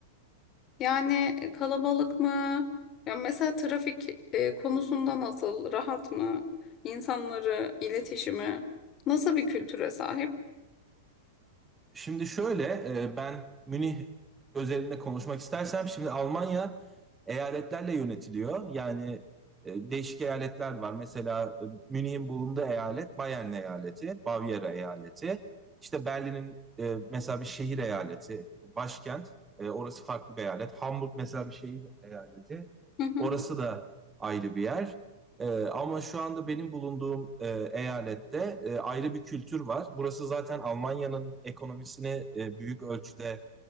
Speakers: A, on the left; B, on the right.
A: Yani e, kalabalık mı? Ya mesela trafik e, konusunda nasıl? Rahat mı? İnsanları, iletişimi nasıl bir kültüre sahip?
B: Şimdi şöyle e, ben Münih özelinde konuşmak istersem şimdi Almanya eyaletlerle yönetiliyor. Yani e, değişik eyaletler var. Mesela e, Münih'in bulunduğu eyalet Bayern eyaleti, Bavyera eyaleti. İşte Berlin'in e, mesela bir şehir eyaleti, başkent. E, orası farklı bir eyalet. Hamburg mesela bir şehir eyaleti.
A: Hı hı.
B: Orası da ayrı bir yer. Ee, ama şu anda benim bulunduğum e, eyalette e, ayrı bir kültür var. Burası zaten Almanya'nın ekonomisini e, büyük ölçüde